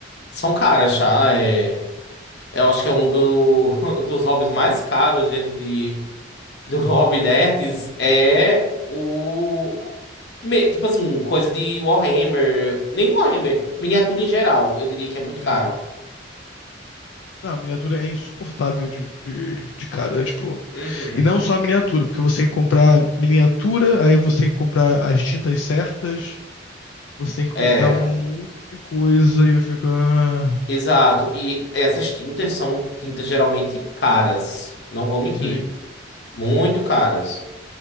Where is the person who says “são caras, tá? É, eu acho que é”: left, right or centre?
Left